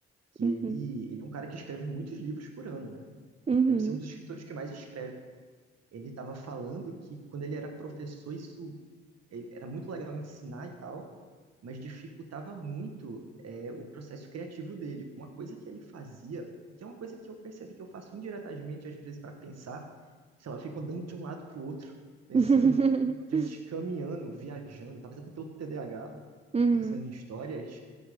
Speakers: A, on the right; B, on the right.
A: que
B: Uhum.
A: ele, ele é um cara que escreve muitos livros por ano, né?
B: Uhum.
A: Deve ser um dos escritores que mais escreve. Ele estava falando que quando ele era professor, isso ele- era muito legal ensinar e tal, mas dificultava muito é, o processo criativo dele. Uma coisa que ele fazia, que é uma coisa que eu percebi que eu faço indiretamente, às vezes, para pensar, sei lá, eu fico andando de um lado para o outro, pensando,
B: <laughs>
A: às vezes caminhando, viajando, talvez até pelo TDAH,
B: Uhum.
A: pensando em histórias